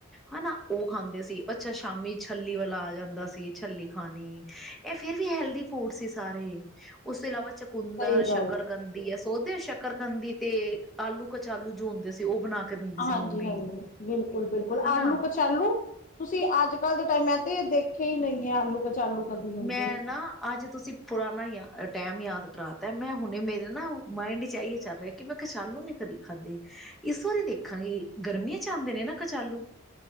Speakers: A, in the centre; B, on the left.
A: ਹਨਾ ਉਹ ਖਾਂਦੇ ਸੀ ਅੱਛਾ ਸ਼ਾਮੀ ਛਲੀ ਵਾਲਾ ਆ ਜਾਂਦਾ ਸੀ ਛਲੀ ਖਾਣੀ ਇਹ ਫਿਰ ਵੀ ਹੈਲਦੀ ਫੂਡ ਸੀ ਸਾਰੇ ਉਸ ਤੋਂ ਇਲਾਵਾ ਚਕੁੰਦਰ
B: ਸਹੀ
A: ਸ਼ੱਕਰ
B: ਗੱਲ ਹੈ।
A: ਕੰਦੀ ਹੈ ਸੋਦੇ ਸ਼ੱਕਰ ਕੰਦੀ ਤੇ ਆਲੂ ਕਚਾਲੂ ਜੋ ਹੁੰਦੇ ਸੀ ਉਹ ਬਣਾ ਕੇ ਦਿੰਦੀ
B: ਹਾਂਜੀ
A: ਸੀ ਮੰਮੀ
B: ਹਾਂਜੀ ਬਿਲਕੁਲ ਬਿਲਕੁਲ
A: ਹਨਾ
B: ਆਲੂ ਕ ਕਚਾਲੂ ਤੁਸੀਂ ਅੱਜ ਕੱਲ ਦੇ ਟਾਈਮ ਤੇ ਇਹ ਦੇਖੇ ਹੀ ਨਹੀਂ ਹੈ ਆਲੂ ਕਚਾਲੂ ਕਦੀ ਹੁਣ
A: ਮੈਂ
B: ਤੇ
A: ਨਾ ਅੱਜ ਤੁਸੀਂ ਪੁਰਾਣਾ ਯ ਟੈਮ ਯਾਦ ਕਰਾਤਾ ਮੈਂ ਹੁਣੇ ਮੇਰੇ ਨਾ ਮਾਇੰਡ ਚ ਇਹੀ ਚੱਲ ਰਿਹਾ ਕਿ ਮੈਂ ਕਚਾਲੂ ਨਹੀਂ ਕਦੇ ਖਾਧੇ ਇਸ ਵਾਰੀ ਦੇਖਾਂਗੀ ਗਰਮੀਆਂ ਚ ਆਉਂਦੇ ਨੇ ਨਾ ਕਚਾਲੂ